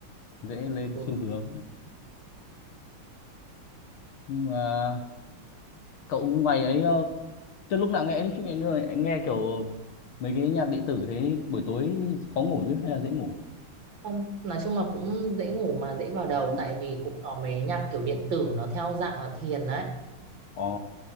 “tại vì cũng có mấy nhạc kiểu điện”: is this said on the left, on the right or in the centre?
Right